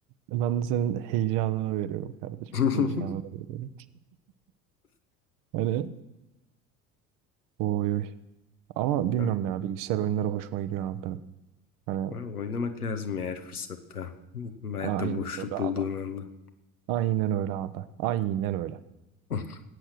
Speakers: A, on the right; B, on the left.
A: ben de senin heyecanına veriyorum kardeşim.
B: <laughs>
A: Heyecanına veriyorum. Hani oy oy. Ama bilmiyorum
B: Tamam.
A: ya bilgisayar oyunları hoşuma gidiyor abi benim. Hani
B: Vallahi oynamak lazım eğer fırsatta. Hayatta
A: aynen
B: boşluk
A: öyle
B: bulduğun
A: abi.
B: anda.
A: Aynen öyle abi. Aynen öyle.
B: <laughs>